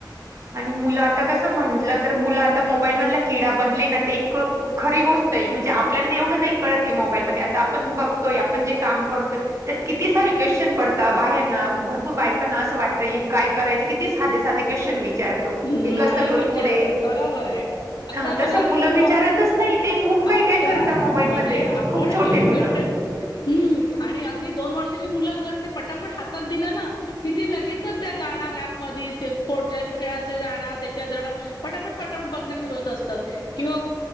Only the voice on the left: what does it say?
नाही
विचारत
बरोबर आहे. आता
बोलाल
तर म
आता
म्हणजे
आपण
एज्युकेटेड
हम्म आणि अगदी दोन वर्ष - आताची मुल वैगरे ते पटापट हातात दिला ना की ते लगेचच त्या जाणार ऍप मध्ये सेफमोडच्या खेळाच्या जाणार. त्याच्यात जाणार. पटापट-पटापट बटणं फिरवत असतात. किंवा